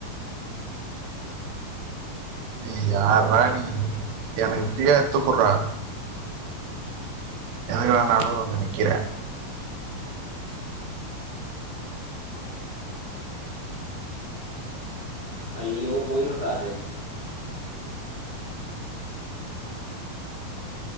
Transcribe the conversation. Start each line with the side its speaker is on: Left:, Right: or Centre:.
Right: நீ யார்ரா நீ எனக்கு ஃப்ரீயா எடுத்துகுட்றா எதுக்குடா நடுல வந்து நிக்கிற
Left: ஐயோ போயிரும்டா அது